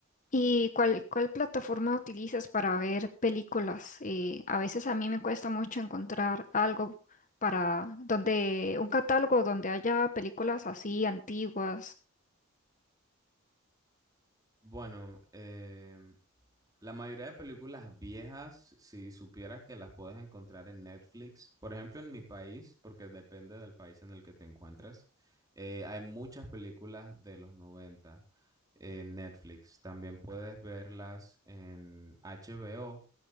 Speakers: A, on the left; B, on the right.
A: ¿Y cuál, cuál plataforma utilizas para ver películas? Eh, a veces a mí me cuesta mucho encontrar algo para donde un catálogo donde haya películas así antiguas.
B: Bueno, em, La mayoría de películas viejas, si supieras que las puedes encontrar en Netflix, por ejemplo en mi país, porque depende del país en el que te encuentres, eh, hay muchas películas de los 90 en Netflix. También puedes verlas en HBO